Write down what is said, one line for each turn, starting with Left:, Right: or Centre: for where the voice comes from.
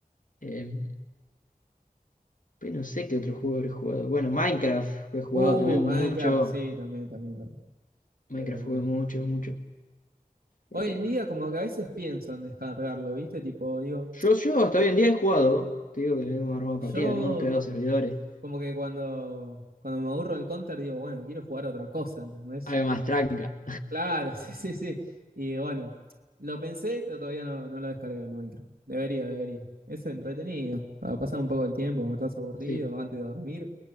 Left: Eh, pero no sé qué otro juego he jugado. Bueno, Minecraft he jugado
Right: Uh,
Left: también mucho.
Right: Minecraft, sí, también, también,
Left: Minecraft
Right: Eh,
Left: jugué mucho, mucho.
Right: hoy
Left: Eh,
Right: en día como que a veces pienso en descargarlo, ¿viste? Tipo, digo,
Left: yo, yo hasta hoy en día he jugado. Te digo que hemos armado
Right: yo
Left: partidas, ¿no? Hemos creado servidores.
Right: como que cuando, cuando me aburro del Counter digo, bueno, quiero jugar otra cosa, ¿entendés?
Left: Algo más tranca.
Right: Claro, <laughs> sí, sí, sí. Y bueno, lo pensé, pero todavía no, no lo descargué el Minecraft. Debería, debería. Es entretenido. Para pasar un poco el tiempo, cuando estás aburrido,
Left: Sí.
Right: antes de dormir,